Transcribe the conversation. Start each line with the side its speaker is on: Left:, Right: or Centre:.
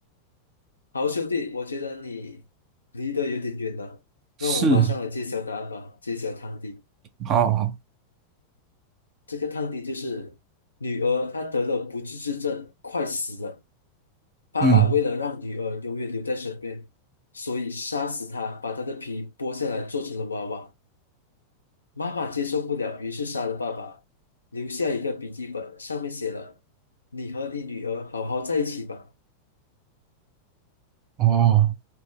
Left: 好，兄弟，我觉得你离得有点远了，
Right: 是，
Left: 让我马上来揭晓答案吧，揭晓汤底。
Right: 哦，好
Left: 这个汤底就是女儿她得了不治之症，快死了。爸爸为了让女儿永远留在身边，
Right: 嗯，
Left: 所以杀死她，把她的皮剥下来做成了娃娃。妈妈接受不了，于是杀了爸爸，留下一个笔记本，上面写了：“你和你女儿好好在一起吧。”
Right: 哦。